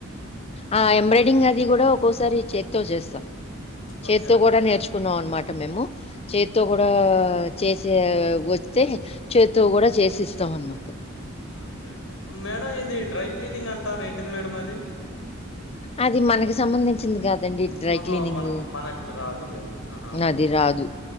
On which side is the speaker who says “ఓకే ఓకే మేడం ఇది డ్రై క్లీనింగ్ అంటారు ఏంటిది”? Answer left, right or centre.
Left